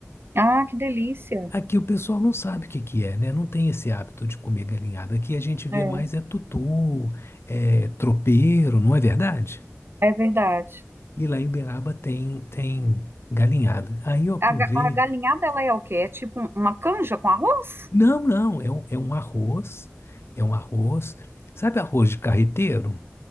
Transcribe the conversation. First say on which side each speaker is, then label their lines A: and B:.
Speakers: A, on the right; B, on the left.
A: Ah, que delícia.
B: Aqui o pessoal não sabe o que que é, né? Não tem esse hábito de comer galinhada. Aqui a gente vê
A: É,
B: mais é tutu, é tropeiro, não é verdade?
A: é verdade.
B: E lá em Uberaba tem, tem galinhada. Aí eu provei.
A: A, ga- a galinhada, ela é o quê? É tipo uma canja com arroz?
B: Não, não, é um, é um arroz, é um arroz. Sabe arroz de carreteiro?